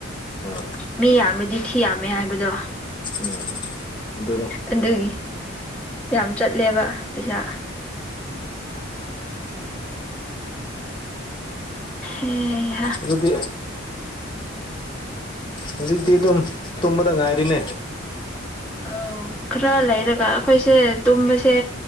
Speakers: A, on the left; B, in the centre.
A: ꯑꯥ
B: ꯃꯤ ꯌꯥꯝꯅꯗꯤ ꯊꯤ ꯌꯥꯝꯃꯦ ꯍꯥꯏꯕꯗꯣ
A: ꯎꯝ ꯑꯗꯨꯅꯤ
B: ꯑꯗꯨꯒꯤ ꯌꯥꯝ ꯆꯠꯂꯦꯕ ꯄꯩꯁꯥ ꯎꯝ
A: ꯑꯗꯨꯗꯤ ꯍꯧꯖꯤꯇ ꯇꯇꯕꯗ ꯉꯥꯔꯤꯅꯦ
B: ꯑ ꯈꯔ ꯂꯩꯔꯒ ꯑꯩꯈꯣꯏꯁꯦ ꯇꯨꯝꯕꯁꯦ